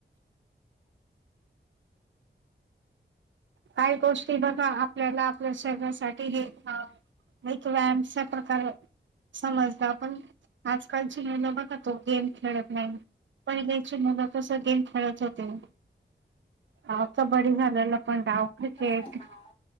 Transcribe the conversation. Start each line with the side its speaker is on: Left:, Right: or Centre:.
Right: काही गोष्टी बघा आपल्याला आपल्या शरीरासाठी हे हा. वेळीच व्यायाम <unintelligible> अशा प्रकारे समजता आपण आजकालची मुलं बघा तो गेम खेळत नाही. पहिल्याची मुलं कसं गेम खेळत होते. हाव कबड्डी घालायलं. पण डाव क्रिकेट
Left: कसं आहे ना